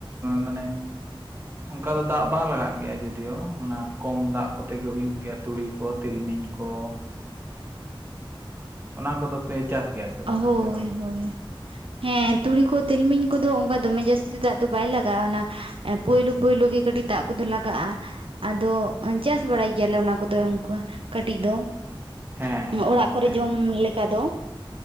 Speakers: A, on the right (about 25°); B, on the right (about 80°).
A: ᱢᱟᱱᱮ
B: <inaudible>
A: ᱚᱱᱠᱟ ᱫᱚ ᱫᱟᱜ ᱵᱟᱝ ᱞᱟᱜᱟᱜ ᱜᱮᱭᱟ ᱡᱩᱫᱤᱭᱳ ᱚᱱᱟ ᱠᱚᱢ ᱫᱟᱜ ᱠᱚᱛᱮ ᱜᱮ ᱦᱩᱭᱩᱜ ᱜᱮᱭᱟ ᱛᱩᱲᱤ ᱠᱚ ᱛᱤᱞᱢᱤᱧ ᱠᱚ ᱚᱱᱟ ᱠᱚᱫᱚ ᱯᱮ ᱪᱟᱥ ᱜᱮᱭᱟ ᱥᱮ ᱵᱟᱝᱟ
B: ᱦᱳᱭ
A: ᱟᱯᱮ ᱫᱚ?
B: ᱦᱳᱭ ᱦᱮᱸ ᱦᱮᱸ ᱛᱩᱲᱤ ᱠᱚ ᱛᱤᱞᱢᱤᱧ ᱠᱚᱫᱚ ᱚᱱᱠᱟ ᱫᱚᱢᱮ ᱡᱟᱹᱥᱛᱤ ᱫᱟᱜ ᱫᱚ ᱵᱟᱭ ᱞᱟᱜᱟᱜᱼᱟ ᱚᱱᱟ ᱯᱩᱭᱞᱳ ᱯᱩᱭᱞᱩ ᱜᱮ ᱠᱟᱹᱴᱤᱡ ᱫᱟᱜ ᱟᱫᱚ ᱞᱟᱜᱟᱜᱼᱟ ᱟᱫᱚ ᱪᱟᱥ ᱵᱟᱲᱟᱭ ᱜᱮᱭᱟᱞᱮ ᱚᱱᱟ ᱠᱚᱫᱚ ᱚᱝᱠᱣᱟ ᱠᱟᱹᱴᱤᱡ ᱫᱚ
A: ᱦᱮᱸ ᱦᱮᱸ
B: ᱚᱲᱟᱜ ᱠᱚᱨᱮ
A: ᱦᱮᱸ
B: ᱡᱚᱢ ᱞᱮᱠᱟ ᱫᱚ